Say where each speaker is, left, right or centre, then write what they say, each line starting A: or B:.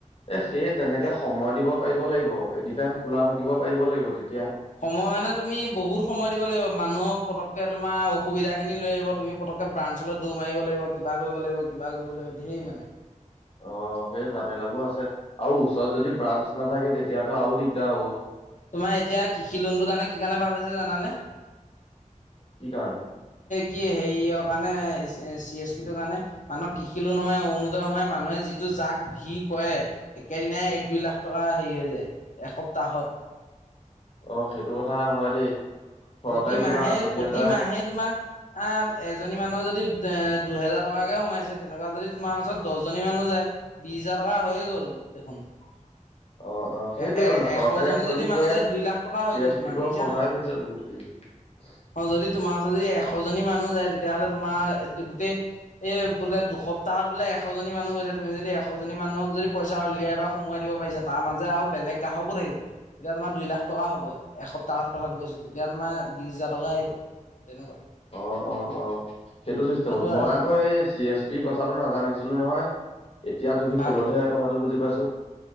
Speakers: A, on the left; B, on the left.
A: এ সেই তেনেকে সময় দিব পাৰিব লাগিব এনি টাইম খোলা থাকিব পাৰিব লাগিব তে-
B: সময় মানে তুমি বহুত সময় দিব লাগিব মানুহক পতকে তোমাৰ অসুবিধা খিনি লৈ আহিব তুমি পতকে ব্ৰাঞ্চলৈ দৌ মাৰিব লাগিবা কৰিব লাগিব কৰিব লাগিব ধেই মানে
A: অ সেই জামেলাবোৰ আছে আৰু ওচৰত যদি ব্ৰাঞ্চ নাথাকে তেতিয়াতো আৰু দিগদাৰ হব।
B: তোমাৰ এতিয়া কৃষি লোনটোৰ কাৰণে কি কাৰণে ভাল হৈছে জানানে
A: কি কাৰণে
B: কি হেৰিয়ৰ কাৰণে চি এছ পি তো কাৰণে মানুহক কৃষি লোন সোমাই অৰুণোদয়ৰ সোমাই মানুহে যিটো যাক ভিৰ কৰে একেদিনাই এক দুই লাখ টকা হেৰি হৈ যায় এসপ্তাহত।
A: অ সেইটো কথা হয় দেই। চৰকাৰী
B: প্ৰতিমাহে
A: কিবা আঁচনি
B: প্ৰতিমাহে
A: এটাই
B: তোমাৰ আ এ- এজনী মানুহৰ যদি দুহেজাৰ টকা কে সোমাইছে তেনেকুৱা যদি তোমাৰ ওচৰত দহ জনি মানুহ যায় বিছ হাজাৰ টকা হৈয়ে গ'ল দেখোন।
A: <inaudible> অ অ সেইটোৱে
B: এ এ
A: মানে চৰকাৰী
B: এশজনী
A: আঁচনিবোৰে
B: যদি মানুহ যায় দুই লাখ টকা হৈ
A: চি
B: গ'ল
A: এছ
B: তোমাৰ
A: পি বোৰক
B: দেখিছা
A: সহায়
B: নাই
A: কৰিছে বহুত। <unintelligible>
B: অ যদি তোমাৰ ওচৰত যদি এশজনী মানুহ যায় তেতিয়াহ'লে তোমাৰ গোটেই এই বোলে দুসপ্তাহত বোলে এশজনী মানুহ গৈছে তুমি যদি এশজনী মানুহক যদি পইচা উলিয়াই বা সোমাই দিব পাৰিছা তাৰ মাজে আৰু বেলেগ গ্ৰাহকো থাকিব তেতিয়া তোমাৰ দুই লাখ টকা হব এসপ্তাহত কথাটো কৈছো। তেতিয়া তোমাৰ বিছ হোজাৰ টকা আহিব। তেনেকুৱা
A: অ অ অ সেইটো চিষ্টেমত
B: সেইটোৱে
A: মই
B: আৰু
A: আকৌ এই চি এছ পি কথাটো নাজানিছিলো নহয়। এতিয়া তুমি
B: ভাবি
A: কলতহে কথাটো বুজি পাইছো।